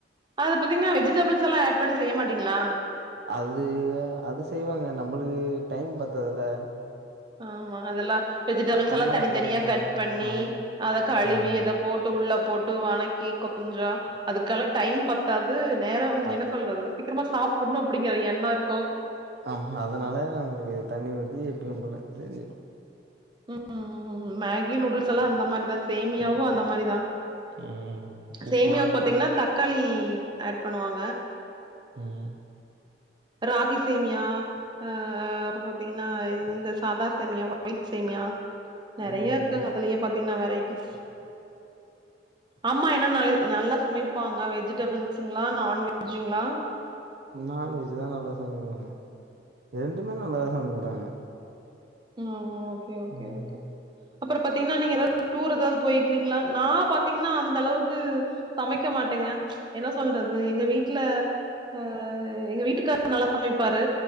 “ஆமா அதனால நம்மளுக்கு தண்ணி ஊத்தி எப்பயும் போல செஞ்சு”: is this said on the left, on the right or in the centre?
Right